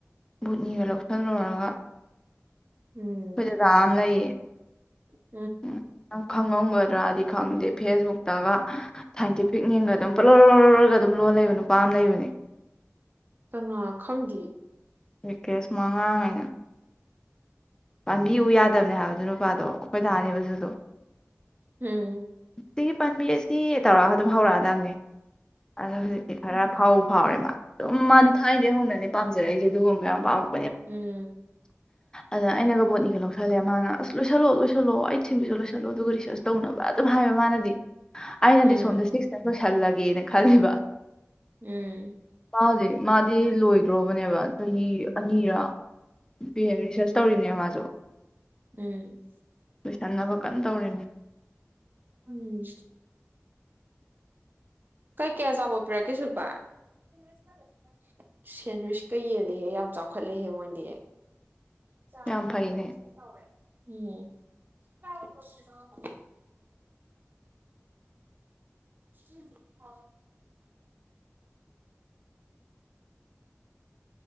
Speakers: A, on the left (about 15°); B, on the right (about 40°).
A: ꯕꯨꯠꯅꯤꯒ ꯂꯧꯁꯤꯜꯂꯨꯔꯒ ꯑꯩꯈꯣꯏꯁꯨꯗꯥ
B: ꯎꯝ
A: ꯑꯃ ꯂꯩꯌꯦ
B: <unintelligible>
A: ꯎꯝ ꯅꯪ ꯈꯪꯉꯝꯒꯗ꯭ꯔꯥꯗꯤ ꯈꯪꯗꯦ ꯐꯦꯁꯕꯨꯛꯇꯒ ꯁꯥꯏꯟꯇꯤꯐꯤꯛ ꯌꯦꯡꯒ ꯑꯗꯨꯝ ꯄꯣꯠꯂꯔꯨꯔꯒ ꯑꯗꯨꯝ ꯂꯣꯜ ꯂꯩꯕ ꯅꯨꯄꯥ ꯑꯃ ꯂꯩꯕꯅꯤ
B: ꯀꯪꯂꯥ ꯈꯪꯗꯤꯌꯦ
A: ꯑꯦ ꯀꯦꯁ ꯃꯉꯥꯡ ꯍꯥꯏꯅ ꯕꯤꯎ ꯌꯥꯗꯕꯅꯦ ꯍꯥꯏꯕ ꯗꯨ ꯅꯨꯄꯥꯗꯣ ꯑꯩꯈꯣꯏ ꯗꯥꯅꯦꯕꯗꯨꯁꯨ
B: ꯎꯝ
A: ꯁꯤꯒꯤ ꯄꯥꯟꯕꯤ ꯑꯁꯤ ꯇꯧꯔꯥꯛ ꯑꯗꯨꯝ ꯍꯧꯔꯛꯑꯗꯕꯅꯦ ꯑꯗꯣ ꯍꯧꯖꯤꯛꯇꯤ ꯈꯔ ꯐꯥꯎꯕꯨ ꯐꯥꯎꯔꯦ ꯃꯥ ꯎꯝ ꯃꯥꯗꯤ ꯊꯥꯏꯅꯗꯤ ꯍꯧꯅꯅꯦ ꯄꯥꯝꯔꯛꯏꯁꯦ ꯑꯗꯨꯒꯨꯝꯕ ꯌꯥꯝ ꯄꯥꯝꯃꯛ
B: ꯎꯝ
A: ꯑꯗ ꯑꯩꯅꯒ ꯕꯣꯠꯅꯤꯒ ꯂꯧꯁꯤꯁꯜꯂꯦ ꯃꯥꯅ ꯑꯁ ꯂꯣꯏꯁꯤꯜꯂꯣ ꯂꯣꯏꯁꯤꯜꯂꯣ ꯑꯩꯠ ꯁꯤꯝꯕꯤꯁꯨ ꯂꯣꯏꯁꯤꯜꯂꯣ ꯑꯗꯨꯒ ꯔꯤꯁꯔꯁ ꯇꯧꯅꯕ ꯑꯗꯨꯝ ꯍꯥꯏꯕ ꯃꯥꯅꯗꯤ ꯑꯩꯅꯗꯤ
B: ꯎꯝ
A: ꯁꯣꯝꯗ ꯁꯤꯁ ꯇ ꯂꫭꯏꯁꯜꯂ ꯒꯦꯅ ꯈꯜꯂꯤꯕ
B: ꯎꯝ
A: ꯃꯥꯗꯤ ꯃꯥꯗꯤ ꯂꯣꯏ ꯗ꯭ꯔꯣꯕꯅꯦꯕ ꯆꯍꯤ ꯑꯅꯤꯔꯥ
B: ꯎꯝ ꯎꯝ
A: ꯔꯤ ꯔꯤꯁꯔꯁ ꯇꯧꯔꯤꯅꯦ ꯃꯥꯁꯨ
B: ꯎꯝ
A: ꯂꯣꯏꯁꯟꯅꯕ ꯀꯟꯅ ꯇꯧꯔꯤꯕꯅꯦ
B: ꯎꯝ ꯀꯩ ꯀꯩ ꯑꯆꯥꯕꫭꯠ ꯄꯤꯔꯛꯀꯦ ꯁꯤꯜꯄꯥ ꯁꯦꯟꯋꯤꯁꯀ ꯁꯦꯟꯋꯤꯁꯀ ꯌꯦꯜꯜꯂꯤꯍꯦ ꯌꯥꯝ ꯆꯥꯎꯈꯠꯂꯤꯍꯦ ꯃꯣꯏꯗꯤ ꯆꯥꯒ
A: ꯌꯥꯝ ꯐꯩꯅꯦ
B: ꯁꯦꯟꯋꯤꯁꯀ ꯇꯧꯔꯦ ꯎꯝ <unintelligible> ꯎꯝ ꯍꯥꯎꯋꯦ